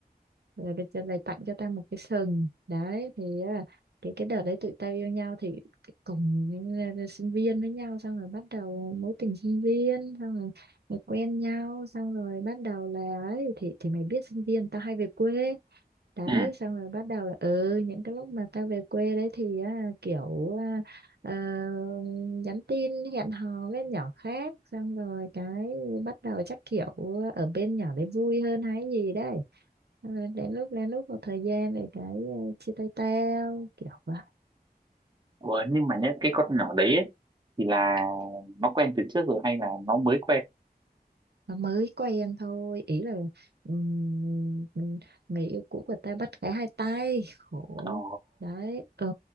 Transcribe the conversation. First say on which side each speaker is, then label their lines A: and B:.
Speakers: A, on the right; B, on the right.
A: rồi được rồi lại tặng cho tao một cái sừng đấy thì à, cái cái đợt đấy tụi tao yêu nhau thì cùng những, à, sinh viên với nhau xong rồi bắt đầu mối tình sinh viên xong rồi, rồi quen nhau xong rồi bắt đầu là ấy thì thì mày biết sinh viên tao hay về quê đấy
B: Ừ.
A: xong rồi bắt đầu là ừ những cái lúc mà tao về quê đấy thì á, kiểu à, ờ, nhắn tin hẹn hò với nhỏ khác xong rồi cái bắt đầu chắc kiểu ở bên nhỏ đấy vui hơn hay gì đấy Ờ, đến lúc đến lúc một thời gian rồi cái ờ, chia tay tao kiểu vậy
B: Ủa nhưng mà nhá cái con nhỏ đấy ấy, thì là nó quen từ trước rồi hay là nó mới quen?
A: nó mới quen thôi ý là ừm, mình người yêu cũ của ta bắt cái hai tay khổ
B: Ồ.
A: đấy ừ